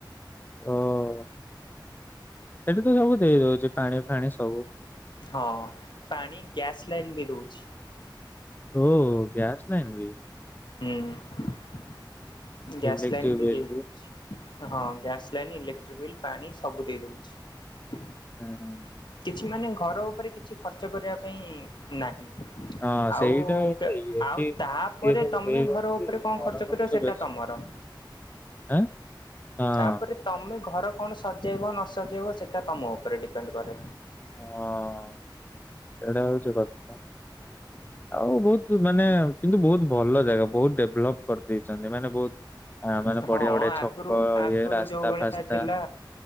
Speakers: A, on the left (about 25°); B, on the left (about 70°).
A: ହଁ। ସେଠି ତ ସବୁ ଦେଇ ଦଉଛି ପାଣି ଫାଣି ସବୁ।
B: ହଁ ପାଣି ଗ୍ୟାସ ଲାଇନ୍ ବି ଦଉଛି।
A: ଓ ଗ୍ୟାସ ଲାଇନ୍ ବି।
B: ହୁଁ। ଗ୍ୟାସ
A: ଇଲେକ୍ଟ୍ରିକ
B: ଲାଇନ୍ ବି
A: ବିଲ୍
B: ଦେଇ ଦଉଛି। ହଁ ଗ୍ୟାସ୍ ଲାଇନ୍ ଇଲେକ୍ଟ୍ରିକ ବିଲ୍ ପାଣି ସବୁ ଦେଇଦଉଛି।
A: <unintelligible>
B: କିଛି ମାନେ ଘର ଉପରେ କିଛି ଖର୍ଚ୍ଚ କରିବା ପାଇଁ ନାହିଁ।
A: ହଁ
B: ଆଉ
A: ସେଇଟା ଗୋଟେ ଇଏ
B: ଆଉ
A: କି ସିଏ
B: ତାପରେ
A: ସବୁ
B: ତମେ
A: ଦେଇଦଉଛି
B: ଘର ଉପରେ କଣ
A: ଘର
B: ଖର୍ଚ୍ଚ କର ସେଟା
A: ବେଶୀ
B: ତମର।
A: ଆଁ ହଁ
B: ତାପରେ ତମେ ଘର କଣ ସଜେଇବ ନ ସଜେଇବ ସେଇଟା ତୁମ ଉପରେ ଡିପେଣ୍ଡ କରେ।
A: ହଁ ସେଇଟା ହଉଛିକଥା ଆଉ ବହୁତ ମାନେ କିନ୍ତୁ ବହୁତ ଭଲ ଜାଗା ବହୁତ ଡେଭଲପ କରିଦେଇଛନ୍ତି। ମାନେ ବହୁତ ମାନେ ବଢିଆ
B: ହଁ
A: ବଢିଆ
B: ଆଗରୁ
A: ଛକ
B: ଆଗରୁ
A: ଇଏ ରାସ୍ତା
B: ଯୋଉ ଭଳିଆ
A: ଫାସ୍ତା
B: ଥିଲା।